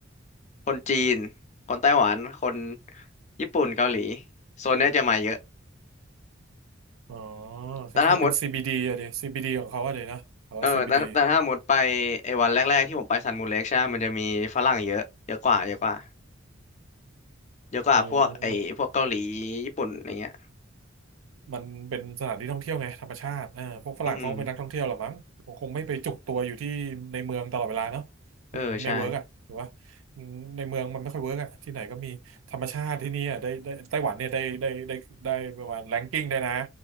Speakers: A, on the left (about 35°); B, on the right (about 75°).
A: คนจีนคนไต้หวันคนญี่ปุ่นเกาหลีโซนเนี้ยจะมาเยอะ
B: อ๋อคล้ายๆเป็น
A: แต่ถ้าหมด
B: CBD อะเดซี๋ย CBD ของเขาอะเดนะแต่ว่า
A: เออแต่แต่ถ้าหมดไป
B: CBD
A: ไอ้วันแรกๆที่ผมไปซันมูนเล็กใช่ไหมมันจะมีฝรั่งเยอะเยอะกว่าเยอะกว่าเยอะกว่าพวกไอ้พวกเกาหลี
B: เออ
A: ญี่ปุ่นอะไรเงี้ย
B: มันเป็นสถานที่ท่องเที่ยวไงธรรมชาติเออพวกฝรั่งเขาเป็นนักท่องเที่ยวหรอมั้งคงไม่ไปจุกตัวอยู่ที่ในเมืองตลอดเวลาเนาะ
A: อืมเออใช่
B: มันไม่เวิร์กอ่ะถือว่าในเมืองมันไม่ค่อยเวิร์กอ่ะที่ไหนก็มีธรรมชาติที่นี่อ่ะได้ได้ไต้หวันเนี่ยได้ได้ได้ได้ประมาณแรงกิ้งได้นะ